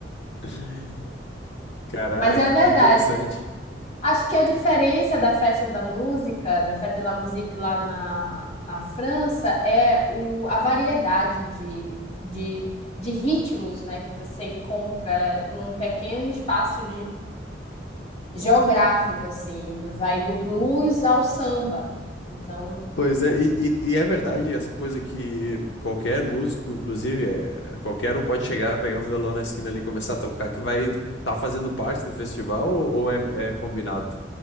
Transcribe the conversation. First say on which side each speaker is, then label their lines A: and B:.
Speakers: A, on the left (about 70°); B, on the left (about 40°).
A: <laughs> caraca,
B: Mas é verdade.
A: que interessante.
B: Acho que a diferença da festa da música, da Fête de la Musique lá na, na França, é o, a variedade de, de, de ritmos, né, que você encontra num pequeno espaço geográfico, assim, vai do blues ao samba. Então,
A: Pois é, e, e- e é verdade essa coisa que qualquer músico, inclusive, é, qualquer um pode chegar, pegar o violão na esquina ali e começar a tocar, que vai estar tá fazendo parte do festival ou, ou é, é combinado?